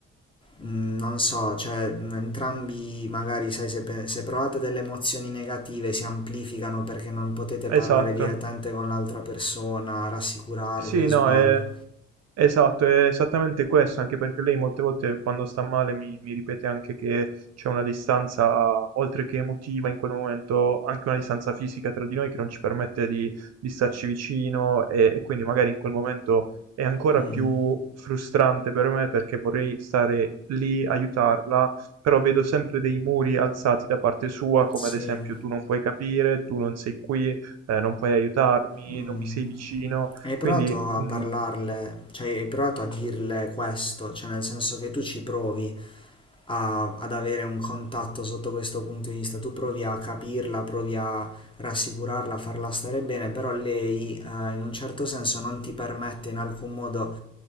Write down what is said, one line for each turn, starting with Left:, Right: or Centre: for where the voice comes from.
Left: Mm, non so, cioè, mm, entrambi magari, sai, se, pe- se provate delle emozioni negative si amplificano perché non potete
Right: esatto.
Left: parlare direttamente con l'altra persona, rassicurarvi
Right: Sì,
Left: o sbaglio.
Right: no, è esatto, è esattamente questo, anche perché lei molte volte quando sta male mi, mi ripete anche che c'è una distanza, oltre che emotiva in quel momento, anche una distanza fisica tra di noi che non ci permette di, di starci vicino e, e quindi magari in quel momento è ancora
Left: Mm,
Right: più frustrante per me perché vorrei stare lì, aiutarla, però vedo sempre dei muri alzati da parte sua, come
Left: sì.
Right: ad esempio tu non puoi capire, tu non sei qui, eh, non puoi aiutarmi,
Left: mm.
Right: non mi sei vicino.
Left: Hai
Right: Quindi
Left: provato a
Right: mhmm,
Left: parlarle, cioè hai provato a dirle questo, cioè nel senso che tu ci provi. a- ad avere un contatto sotto questo punto di vista. Tu provi a capirla, provi a rassicurarla, a farla stare bene, però lei eh, in un certo senso non ti permette in alcun modo